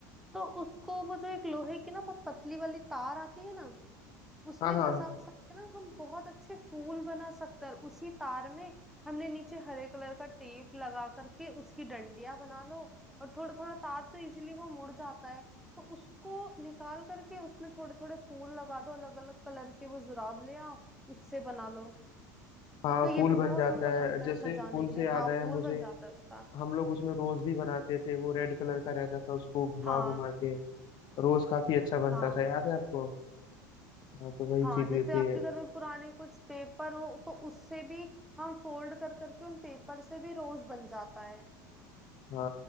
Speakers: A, in the centre; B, on the left (about 50°).
A: तो उसको वो जो एक लोहे की ना बहुत पतली वाली तार आती है ना उसमें
B: हाँ हाँ
A: फंसा फंसा के ना हम बहुत अच्छे फूल बना सकते हैं और उसी तार में हमने नीचे हरे कलर का टेप लगा करके उसकी डंडियां बना लो और थोड़ा थोड़ा तार तो इजीली वो मुड़ जाता है तो उसको निकाल करके उसमें थोड़े थोड़े फूल लगा दो अलग अलग कलर के वो जुराब ले आओ उससे बना लो
B: हाँ
A: तो ये
B: फूल
A: भी
B: बन
A: बहुत
B: जाता
A: सुंदर
B: है
A: लगता
B: जैसे
A: है सजाने
B: फूल
A: के
B: से
A: लिए
B: याद
A: हाँ
B: आया
A: फूल
B: मुझे
A: बन जाता है उसका
B: हम लोग उसमें रोज भी बनाते थे वो रेड कलर का रहता था उसको घुमा
A: हाँ
B: घुमा के रोज काफी अच्छा बनता
A: हाँ
B: था याद है आपको हाँ तो वही
A: हाँ
B: चीजें
A: जैसे
B: थी
A: आपके घर में पुराने कुछ पेपर हो तो उससे भी हम फोल्ड कर करके उन पेपर से भी रोज बन जाता है
B: हाँ